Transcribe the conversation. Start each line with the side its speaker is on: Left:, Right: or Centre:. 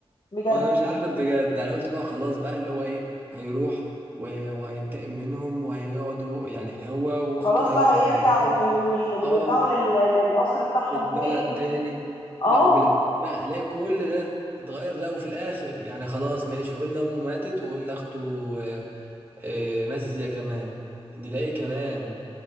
Left: بجد
Right: انا مش عارف بجد انا قلت بقى خلاص بقى اللي هو ايه هيروح و- وهينتقم منهم وهيقعد هو يعني هو واخته
Left: خلاص
Right: هيقعد
Left: بقى هيرجع
Right: منهم
Left: وي- وي- ويرجعوا
Right: اه
Left: لل- للقصر بتاعهم
Right: بالبلد
Left: تاني
Right: تاني
Left: اه
Right: لا وبالعكس بقى الاقي كل ده اتغير لا وفي الاخر يعني خلاص ماشي قلنا امه ماتت وقلنا اخته آه، آه، ماتت هي كمان نلاقي كمان